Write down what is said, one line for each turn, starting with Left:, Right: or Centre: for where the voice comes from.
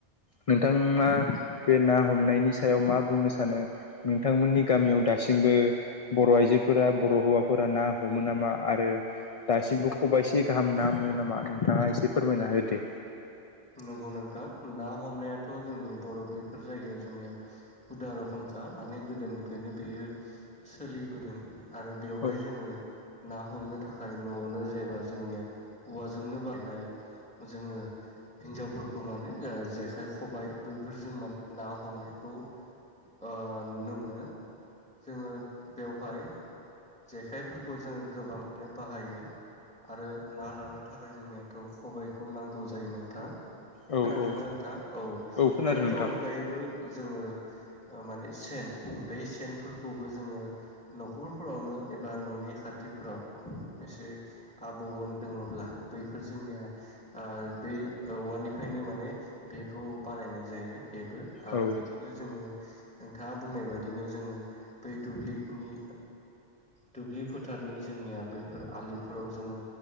Left: नोंथां मा बे ना हमनायनि सायाव मा बुंनो सानो नोंथांमोननि गामियाव दासिम सिमबो बर' आइजोफोरा बर' हौवाफोरा ना हमो नामा आरो दासिमबो खबाइसे गाहाम ना मोनो नामा नोंथाङा एसे फोरमायना होदो।
Centre: नंगौ नोंथां ना हमनायाथ' जोंनि बर' बेफोर जायगायाव जोंनिया हुदा रखमखा माने गोदोनि फायनो बेयो सोलिबोदों आरो बेवहाय
Left: औ
Centre: जोङो ना हमनो थाखाय न' नो जेनेबा जोंनिया औवाजोंनो बानायनाय जोङो माने ओ जेखाइ, खबाइ बैफोरजों माने ना हमनायखौ ओ नुनो मोनो ओ जोङो बेवहाय जेखाइफोरखौ जोङो गोबाङैनो बाहायो। आरो ना लानो थाखाय जोंनियाथ' खबायाइखौ नांगौ जायो नोंथां। खोनादोंना
Left: औ औ
Centre: नोंथाङा? औ
Left: खोनादों
Centre: बेनि
Left: नोंथां
Centre: अनगायैबो जोङो माने सेन बे सेनफोरखौबो जोङो न'खरफोरावनो एबा न'नि खाथिफ्राव एसे आबौमोन दङब्ला बैफोर जोंनिया ओ बै औवानिफ्रायनो माने बेखौ बानायनाय जायो हेबो आरो
Left: औ
Centre: बिदिनो जोङो नोंथाङा बुंनाय बादिनो जोङो बै दुब्लिनि दुब्लि फोथार नि जोंनिया बैफोर आलिफोराव जोङो